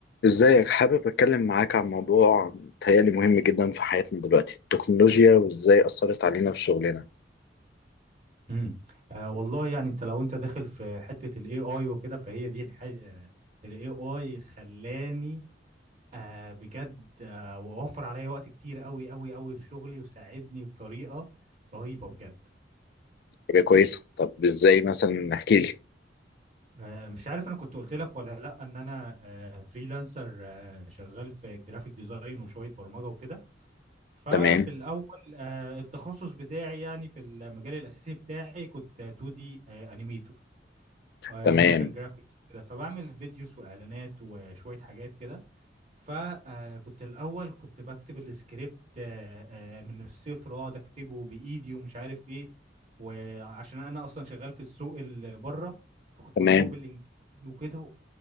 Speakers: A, on the left; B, on the right.
A: ازيك حابب اتكلم معاك عن موضوع متهيألي مهم جدا في حياتنا دلوقتي التكنولوجيا وازاي اثرت علينا في شغلنا
B: امم آه والله يعني انت لو انت داخل في حتة الاي اي وكده فهي دي الح... آه الاي اي خلاني آه بجد آه ووفر عليا وقت كتير قوي قوي قوي في شغلي وساعدني بطريقة رهيبة بجد
A: حاجه كويسه طب ازاي مثلا احكي لي
B: آه مش عارف انا كنت قلت لك ولا لا ان انا آه فريلانسر آه شغال في جرافيك ديزاين وشوية برمجة وكده ففي
A: تمام
B: الاول آه التخصص بتاعي يعني في المجال الاساسي بتاعي كنت 2 دي انيميتور وموشن
A: تمام
B: جرافيكس وكده فبعمل فيديوز واعلانات وشويه حاجات كده فكنت الاول كنت بكتب السكريبت آه، آه، من الصفر واقعد اكتبه بايدي ومش عارف ايه وعشان انا اصلا شغال في السوق اللي بره فكنت
A: تمام
B: بكتبه بالانجليزي وكده